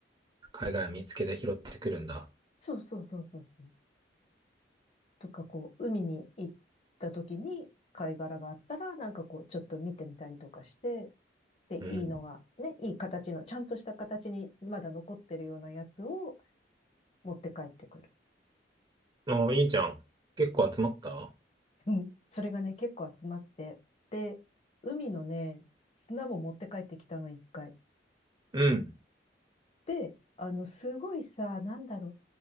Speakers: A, on the right; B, on the left.
A: 貝殻見つけて拾ってくるんだ。
B: そうそうそうそうそう。とか、こう、海に行った時に貝殻があったら、なんかこう、ちょっと見てみたりとかして、で、
A: うん。
B: いいのが、ね、いい形の、ちゃんとした形にまだ残ってるようなやつを持って帰ってくる。
A: ああ、いいじゃん。結構集まった
B: <laughs> うん。それがね、結構集まって、で、海のね、砂も持って帰ってきたの、一回。
A: うん、
B: で、あの、すごいさ、なんだろう、